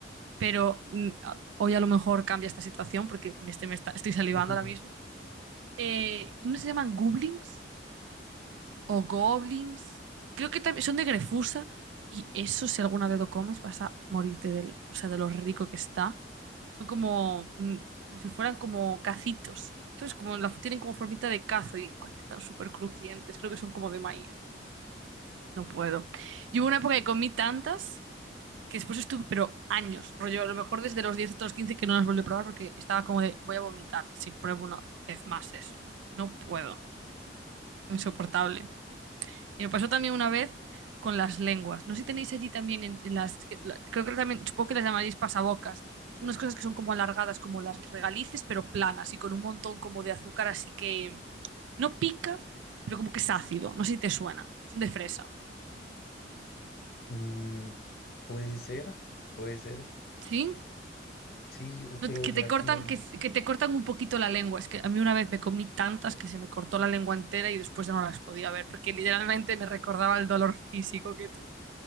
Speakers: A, on the right (about 90°); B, on the left (about 55°).
A: pero mm, a- hoy a lo mejor cambia esta situación porque me estoy, me está- estoy salivando
B: <laughs>
A: ahora mismo. Eh, unos se llaman goblins o goblins. Creo que también son de Grefusa y eso si alguna vez lo comes vas a morirte del, o sea, de lo rico que está. Son como, mm, como si fueran como cacitos. Entonces, como la, tienen como formita de cazo y ay, están súper crujientes. Creo que son como de maíz. No puedo. Y hubo una época que comí tantas que después estuve, pero años, rollo, a lo mejor desde los 10 hasta los 15 que no las volví a probar porque estaba como de, voy a vomitar si pruebo una vez más eso. No puedo, insoportable. Y me pasó también una vez con las lenguas. No sé si tenéis allí también en, en las, es que la- creo que también, supongo que las llamaréis pasabocas, unas cosas que son como alargadas, como las regalices, pero planas y con un montón como de azúcar, así que no pica, pero como que es ácido. No sé si te suena, son de fresa.
B: Mm, puede ser, puede ser.
A: ¿Sí?
B: Sí, o-
A: No,
B: pero
A: que
B: mira
A: te cortan,
B: que no, uno
A: que, que te cortan un poquito la lengua. Es que a mí una vez me comí tantas que se me cortó la lengua entera y después ya no las podía ver, porque literalmente me recordaba el dolor físico que tuve.